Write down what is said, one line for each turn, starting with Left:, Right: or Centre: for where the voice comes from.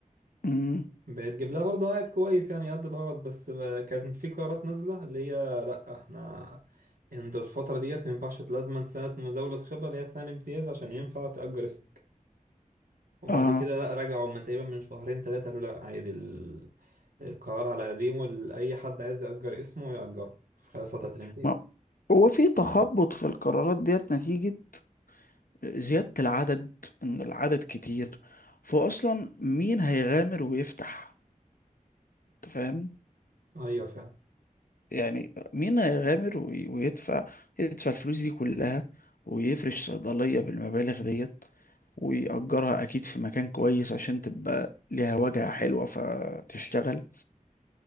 Left: امم
Right: بتجيب لها برضه عائد كويس يعني قد الغرض بس ب- كان في قرارات نازلة اللي هي لأ احنا عند الفترة ديت ما ينفعش لازما سنة مزاولة خبرة اللي هي سنة امتياز عشان ينفع تأجر اسمك وبعد
Left: اه
Right: كده لأ رجعوا من تقريبا من شهرين تلاتة قالوا لأ عادي ال- القرار على قديمه ال- أي حد عايز يأجر اسمه يأجره في خلال فترة الامتياز
Left: ما هو في تخبط في القرارات ديت نتيجة زيادة العدد ان العدد كتير فاصلا مين هيغامر ويفتح انت فاهم
Right: أيوة فعلا
Left: يعني مين هيغامر وي- ويدفع يدفع الفلوس دي كلها ويفرش صيدلية بالمبالغ ديت ويأجرها أكيد في مكان كويس عشان تبقى ليها واجهة حلوة فتشتغل